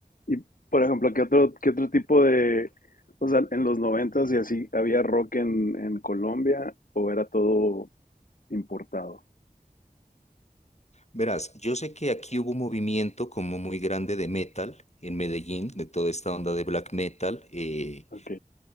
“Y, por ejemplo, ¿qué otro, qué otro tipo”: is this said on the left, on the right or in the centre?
Left